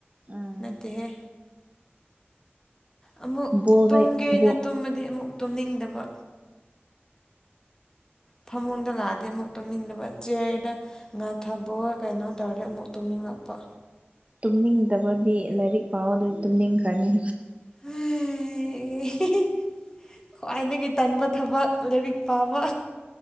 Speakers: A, on the right; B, on the left.
A: ꯑꯥ
B: ꯅꯠꯇꯦꯍꯦ ꯑꯃꯨꯛ
A: ꯕꯣꯜꯒ
B: ꯇꯨꯝꯒꯦꯅ
A: ꯕꯣꯜ
B: ꯇꯨꯝꯃꯗꯤ ꯑꯃꯨꯛ ꯇꯨꯝꯅꯤꯡꯗꯕ ꯐꯃꯨꯡꯗ ꯂꯥꯛꯑꯗꯤ ꯑꯃꯨꯛ ꯇꯨꯝꯅꯤꯡꯗꯕ ꯆꯤꯌꯔꯗ ꯉꯥꯊꯕꯣ ꯀꯩꯅꯣ ꯇꯧꯔꯦ ꯑꯃꯨꯛ ꯇꯨꯝꯅꯤꯡ ꯃꯄ
A: ꯇꯨꯝꯅꯤꯡꯗꯕꯗꯤ ꯂꯥꯏꯔꯤꯛ ꯄꯥꯎ ꯑꯗꯨꯗꯤ ꯇꯨꯝꯅꯤꯡꯈ꯭ꯔꯅꯤ
B: <inaudible> ꯈꯋꯥꯥꯏꯗꯒꯤ ꯇꯟꯕ ꯊꯕꯛ ꯂꯥꯏꯔꯤꯛ ꯄꯥꯕ